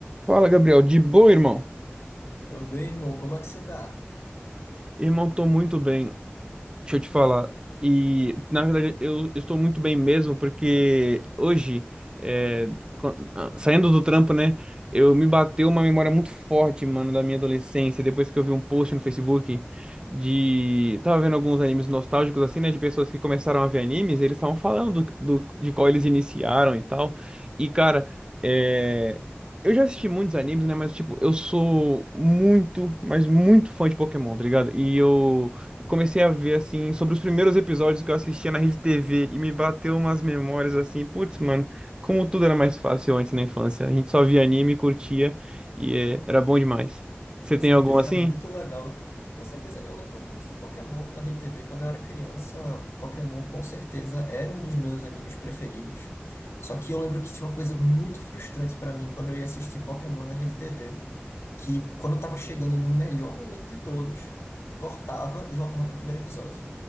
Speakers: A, on the right (about 20°); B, on the left (about 85°).
A: Fala, Gabriel. De boa, irmão?
B: Tô bem, irmão. Como é que você tá?
A: Irmão, tô muito bem. Deixa eu te falar. E, na verdade, eu estou muito bem mesmo, porque hoje, é, quan- ah, saindo do trampo, né, eu me bateu uma memória muito forte, mano, da minha adolescência, depois que eu vi um post no Facebook de... Tava vendo alguns animes nostálgicos, assim, né, de pessoas que começaram a ver animes, eles estavam falando do, do- de qual eles iniciaram e tal. E, cara, é... Eu já assisti muitos animes, né? Mas, tipo, eu sou muito, mas muito fã de Pokémon, tá ligado? E eu comecei a ver, assim, sobre os primeiros episódios que eu assistia na Rede TV e me bateu umas memórias assim, putz, mano, como tudo era mais fácil antes na infância. A gente só via anime, curtia e é, era bom demais. Você
B: Com
A: tem
B: certeza,
A: algum assim?
B: era muito legal. Com certeza, eu lembro muito de Pokémon da Rede TV. Quando eu era criança, Pokémon com certeza era um dos meus animes preferidos. Só que eu lembro que tinha uma coisa muito frustrante pra mim quando eu ia assistir Pokémon na Rede TV, que quando eu tava chegando no melhor momento de todos, cortava e voltava pro primeiro episódio.